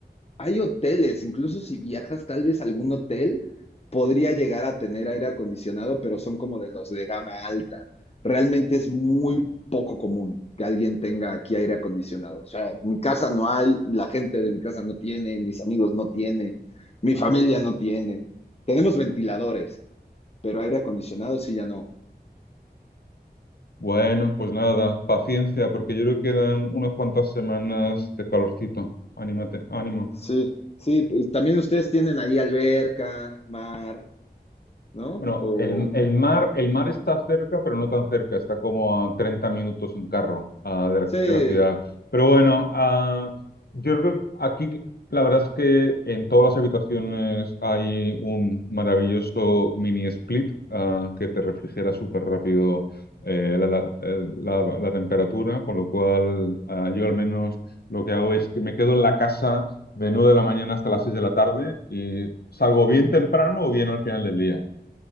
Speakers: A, on the left; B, on the left.
A: hay hoteles, incluso si viajas, tal vez algún hotel podría llegar a tener aire acondicionado, pero son como de los de gama alta. Realmente es muy poco común que alguien tenga aquí aire acondicionado. O sea, mi casa no hay, la gente de mi casa no tiene, mis amigos no tiene, mi familia no tiene. Tenemos ventiladores, pero aire acondicionado sí ya no.
B: Bueno, pues nada, paciencia, porque yo creo que quedan unas cuantas semanas de calorcito. Anímate, ánimo.
A: Sí, sí, pues, también ustedes tienen ahí alberca, mar, ¿no?
B: Bueno,
A: O
B: el, el mar, el mar está cerca, pero no tan cerca, está como a 30 minutos en carro ah, de, la,
A: sí,
B: de la ciudad. Pero bueno, ah, yo creo que aquí la verdad es que en todas las habitaciones hay un maravilloso mini split ah, que te refrigera súper rápido eh, la, la- eh, la- la temperatura, con lo cual ah, yo al menos lo que hago es que me quedo en la casa de 9 de la mañana hasta las 6 de la tarde y salgo bien temprano o bien al final del día.